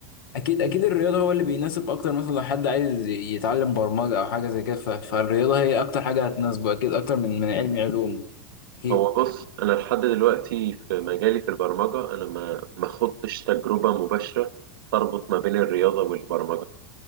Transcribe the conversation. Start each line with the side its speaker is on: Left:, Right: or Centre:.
Left: اكيد اكيد الرياضه هو اللي بيناسب اكتر مثلا لو حد عايز يتعلم برمجه او حاجه زي كده ف- فالرياضه هي اكتر حاجه هتناسبه اكيد اكتر من من علم علوم اكيد
Right: فهو بص أنا لحد دلوقتي في مجالي في البرمجة أنا ما ما خضتش تجربة مباشرة تربط ما بين الرياضة والبرمجة